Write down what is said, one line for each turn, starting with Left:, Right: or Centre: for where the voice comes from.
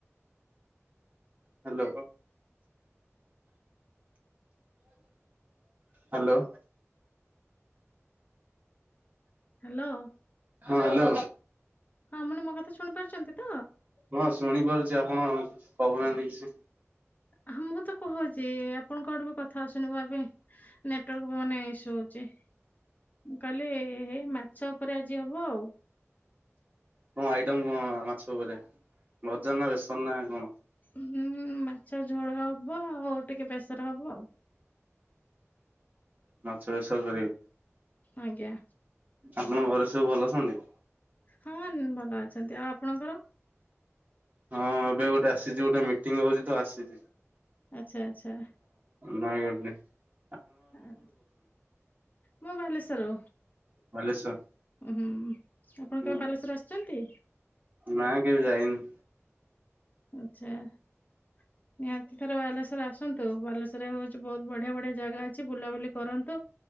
Right: ହାଲୋ। ହାଲୋ।
Left: ହ୍ୟାଲୋ।
Right: ହଁ, ହ୍ୟାଲୋ।
Left: ହଁ, ମାନେ, ମୋ କଥା ଶୁଣି ପାରୁଛନ୍ତି? ତ
Right: ହଁ, ଶୁଣିପାରୁଛି, ଆପଣ କହୁନାହାନ୍ତି କିଛି।
Left: ହୁଁ, ମୁଁ ତ କହୁଛି ଆପଣଙ୍କଠୁ ବି କଥା ଆସୁନି ଭାବେ ନେଟୱାର୍କ ମାନେ ଇସୁ ଅଛି ଯେ ମୁଁ କହିଲି ହେଇ ମାଛ ପରେ ଆଜି ହବ।
Right: କ'ଣ ଆଇଟମ୍ କଣ ମାଛ ଉପରେ? ଭଜା ନା, ବେସନ ନା କଣ?
Left: ହୁଁ ମାଛ ଝୋଳ ହବ, ଆଉ ଟିକେ ବେସରେ ହବ ଆଉ।
Right: ମାଛ ବେସର କରିବେ?
Left: ଆଜ୍ଞା।
Right: ଆପଣଙ୍କ ଘରେ ସବୁ ଭଲ ଅଛନ୍ତି?
Left: ହଁ, ଭଲ ଅଛନ୍ତି। ଆଉ ଆପଣଙ୍କର?
Right: ହଁ, ଏବେ ଗୋଟେ ଆସିଛି, ଗୋଟେ ମିଟିଂ ହଉଛି ତ ଆସିଛି।
Left: ଆଚ୍ଛା, ଆଚ୍ଛା।
Right: ନୟାଗଡ଼ ରେ।
Left: ଆଉ ମୁଁ ବାଲେଶ୍ୱର ରୁ
Right: ବାଲେଶ୍ଵର?
Left: ହୁଁ ହୁମ, ଆପଣ
Right: ହୁଁ
Left: କେବେ ବାଲେଶ୍ଵର ଆସିଛନ୍ତି?
Right: ନା, କେବେ ଯାଇନି।
Left: ଆଚ୍ଛା। ନିହାତି ଥରେ ବାଲେଶ୍ୱର ଆସନ୍ତୁ। ବାଲେଶ୍ଵରରେ ହଉଛି ବହୁତ ବଢିଆ ବଢିଆ ଜାଗା ଅଛି, ବୁଲାବୁଲି କରନ୍ତୁ।